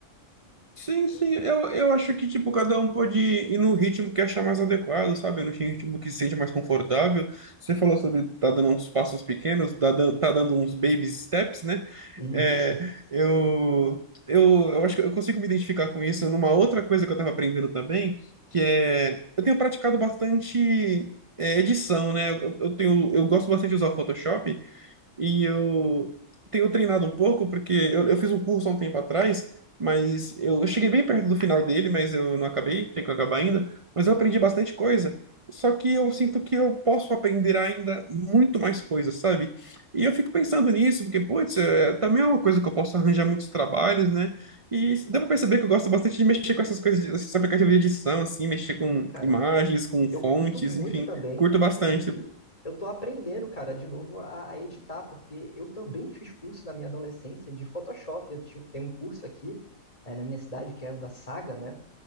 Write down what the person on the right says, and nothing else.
Sim, sim. Eu, eu acho que, tipo, cada um pode ir no ritmo que achar mais adequado, sabe? No ritmo que se sente mais confortável. Você falou sobre tá dando uns passos pequenos, tá, dan- tá dando uns baby steps, né?
É,
eu, eu, eu acho que eu consigo me identificar com isso numa outra coisa que eu tava aprendendo também, que é... Eu tenho praticado bastante... é, edição, né? Eu, eu tenho, eu gosto bastante de usar Photoshop E eu tenho treinado um pouco, porque eu, eu fiz um curso há um tempo atrás, mas eu, eu cheguei bem perto do final dele, mas eu não acabei, tenho que acabar ainda. Mas eu aprendi bastante coisa. Só que eu sinto que eu posso aprender ainda muito mais coisas, sabe? E eu fico pensando nisso, porque, putz, é, também é uma coisa que eu posso arranjar muitos trabalhos, né? E deu pra perceber que eu gosto bastante de mexer com essas coisas, esses aplicativos de edição, assim, mexer com
imagens, com
fontes,
enfim,
curto bastante.